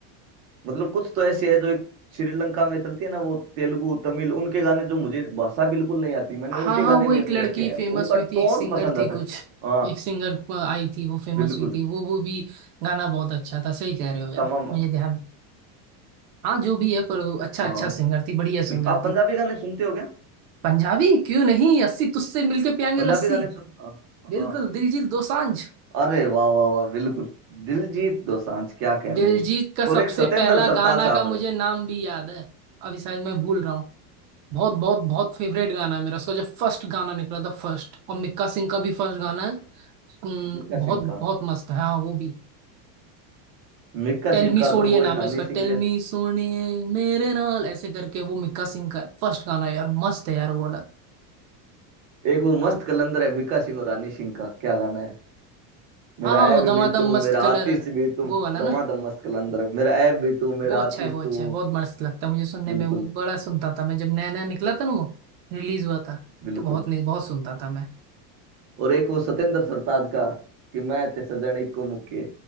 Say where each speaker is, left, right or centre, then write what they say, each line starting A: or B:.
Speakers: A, on the right; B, on the right.
A: मतलब कुछ तो ऐसे है जो एक श्रीलंका में चलती है ना वो तेलुगु तमिल उनके गाने जो मुझे भाषा बिल्कुल नहीं आती मैंने
B: हाँ
A: उनके
B: हाँ
A: गाने
B: वो
A: भी
B: एक
A: अपने
B: लड़की
A: रखे हैं
B: फेमस
A: उनका
B: हुई थी
A: टोन
B: एक सिंगर
A: पसंद
B: थी
A: आता
B: कुछ
A: है हाँ
B: एक सिंगर आई थी वो फेमस
A: बिल्कुल
B: हुई थी वो वो भी गाना बहुत अच्छा था सही कह रहे हो यार
A: तमाम
B: मुझे ध्यान हाँ जो भी है पर वो अच्छा
A: हाँ
B: अच्छा सिंगर थी बढ़िया सिंगर
A: बिल्कुल आप पंजाबी
B: थी
A: गाने सुनते हो क्या
B: पंजाबी क्यों नहीं अस्सी तुझसे मिलके पियांगे
A: पंजाबी
B: लस्सी
A: गाने सुन हाँ
B: बिल्कुल
A: हाँ।
B: दिलजीत दोसांझ
A: अरे वाह वाह वाह बिल्कुल दिलजीत दोसांझ क्या कहने
B: दिलजीत
A: हैं।
B: का सबसे
A: और एक सतेंद्र
B: पहला
A: सरताज
B: गाना
A: साहब
B: का मुझे
A: है
B: नाम भी याद है अभी शायद मैं भूल रहा हूँ बहुत बहुत बहुत फेवरेट गाना है मेरा उसका जब फर्स्ट गाना निकला था फर्स्ट और मिक्का सिंह का भी फर्स्ट गाना है हम्म,
A: मिक्का
B: बहुत
A: सिंह का
B: बहुत मस्त है हाँ वो भी
A: मिक्का
B: टेल
A: सिंह
B: मी
A: का
B: सोनिए
A: तो वो एक
B: नाम
A: हनी
B: है उसका
A: सिंह
B: टेल
A: के
B: मी सोनिए मेरे नाल ऐसे करके वो मिक्का सिंह का फर्स्ट गाना है यार मस्त है यार वो वाला
A: एक वो मस्त कलंदर है मिक्का सिंह और हनी सिंह का क्या गाना है मेरा
B: हाँ हाँ वो
A: ऐब
B: दमादम
A: भी तू
B: मस्त
A: मेरा
B: कलर
A: आतिश
B: है
A: भी तू
B: वो वाला ना
A: दमादम मस्त कलंदर है मेरा ऐब भी तू मेरा
B: वो अच्छा
A: आतिश
B: है वो अच्छा
A: तू
B: है बहुत मस्त लगता है मुझे सुनने
A: बिल्कुल
B: में वो बड़ा सुनता था मैं जब नया नया निकला था ना वो रिलीज हुआ था
A: बिल्कुल
B: तो बहुत नहीं बहुत सुनता था मैं
A: और एक वो सतेंद्र सरताज का कि मैं ते सजन इक्को मुक्के